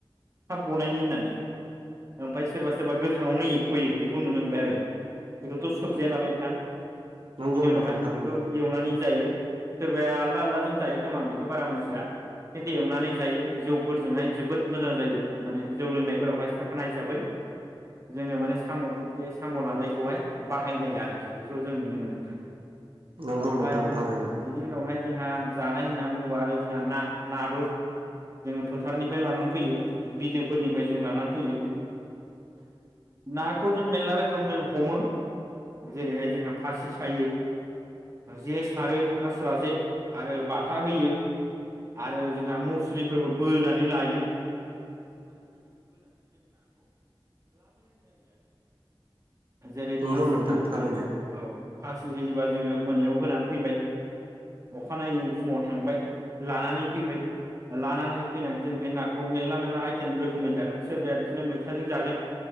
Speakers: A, on the right; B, on the right.
A: थाब गनायनि होननानै ओमफाय सोरबा सोरबा गोथाङावनो एख्लयो बेखौ नुनो मोनबाय आरो। बेखौथ' सोबजाया नालाय नोंथां।
B: नंगौ
A: बिनि उनावहाय
B: नोंथां
A: बेफोरखौ
B: थारैनो
A: एवनानै जायो। सोरबाया आलदा आलदाजों जायो खोमा आं बेखौ बारा मोनथिया खिन्थु एवनानै जायो जौफोरजोंहाय जोबोद मोजां जायो माने जौ लोंनायफोरावहाय साखोना हिसाबै जोङो माने साम' बे साम' लादायखौहाय बाहायनाय आरोखि बेखौ जों नुनो मोनो नोंथां।
B: नंगौ
A: ओमफाय
B: नोंथां थारैनो
A: बिनि उनावहाय जोंहा जानाय होननानै बुङोबा आरो जोंहा ना नाबो जोङो फोथारनिफ्राय लानानै फैयो बिलोफोरनिफ्राय जों लानानै फैयो नाखौ जों मेलला रोखोम जों हमो जेरैहाय जोंहा फासि सायो जे सारो आस्रा जे आरो बाथा होयो आरो जोंहा मुस्रिफोरबो बोनानै लायो जेरै
B: नंगौ
A: फासि
B: नोंथां
A: होयोबा
B: थारैनो
A: जोङो औ फासि होयोबा जोङो मोनायाव होनानै फैबाय अखानायै फुङाव थांबाय लानानै फैबाय लानानै फैनानै जों बे नाखौ मेलला मेलला आइथेम रोखोमै जागोन सोरबाया बिदिनो मैथाजों जागोन